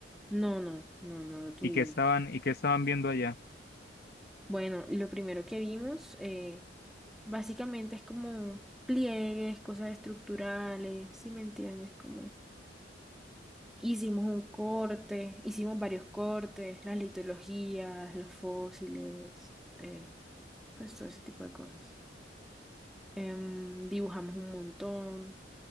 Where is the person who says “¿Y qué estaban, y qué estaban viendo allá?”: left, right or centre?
Left